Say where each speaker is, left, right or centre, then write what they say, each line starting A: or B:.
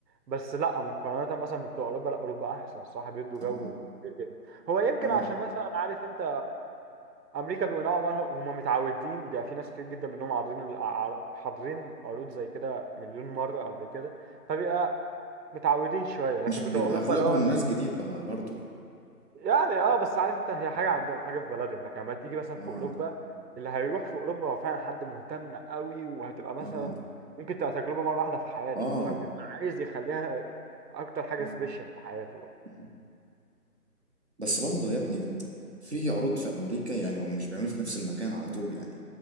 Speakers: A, on the right; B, on the right.
A: بس لا مقارنه مثلا بتوع اوروبا لا اوروبا احسن صح بيدوا
B: اه
A: جو كتير جدا هو يمكن
B: اه
A: عشان مثلا عارف انت امريكا بيبقوا نوعا ما هم متعودين بيبقى في ناس كتير جدا منهم حاضرين الأع- حاضرين عروض زي كده مليون مره قبل كده فبيبقى متعودين شويه لكن
B: مش
A: بتوع
B: بيبقى
A: اوروبا
B: اغلبهم
A: اللي هو
B: ناس جديد بقى برضه
A: يعني اه بس عارف انت هي حاجه
B: اه
A: عندهم حاجه في بلدهم لكن لما تيجي مثلا في
B: اه
A: اوروبا اللي هيروح في اوروبا هو فعلا حد مهتم قوي وهتبقى مثلا
B: اه
A: ممكن تبقى تجربه مره واحده في حياته
B: آه.
A: فبيبقى عايز يخليها اكتر حاجه
B: مم،
A: سبيشال في حياته بقى.
B: مم. بس برضه يا ابني في عروض في امريكا يعني هم مش بيعملوا في نفس المكان على طول يعني